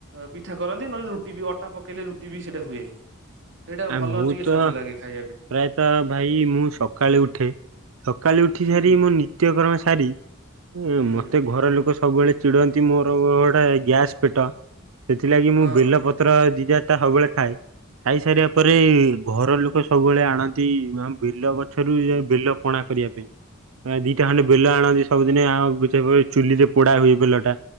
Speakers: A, on the right (about 60°); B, on the right (about 75°).
A: ପିଠା କରନ୍ତି, ନହେଲେ ରୁଟି ବି ଅଟା ପକେଇଲେ ରୁଟି ବି ସେଇଟା ହୁଏ। ସେଇଟା
B: ଆ
A: ଭଲ
B: ମୁଁ
A: ଟିକେ
B: ତ
A: ସ୍ଵାଦ ଲାଗେ ଖାଇ
B: ପ୍ରାୟତଃ ଭାଇ ମୁଁ ସକାଳୁ ଉଠେ, ସକାଳୁ ଉଠି
A: ହୁଁ
B: ସାରି ମୁଁ ନି ତ୍ୟ କର୍ମ ସାରୀ
A: ହୁଁ
B: ମତେ ଘର ଲୋକ ସବୁବେଳେ ଚିଡନ୍ତି ମୋର ଗୋଟେ ଗ୍ୟାସ୍ ପେଟ ସେଥିଲାଗି
A: ହଁ।
B: ମୁଁ ବେଲ ପତ୍ର ଦି ଚାଟା ସବୁବେଳେ ଖାଏ, ଖାଇ
A: ହୁଁ
B: ତା ପରେ ଘର ଲୋକ ସବୁବେଳେ ଆଣନ୍ତି ଆ ବେଲ ଗଛରୁ ବେଲ ପଣା କରିବା ପାଇଁ। ଦିଟା
A: ହୁଁ
B: ଖଣ୍ଡେ ବେଲ ଆଣନ୍ତି ସବୁଦିନେ ଆଉ ସେ ଚୁଲିରେ ପୋଡା ହୁଏ ବେଲ ଟା।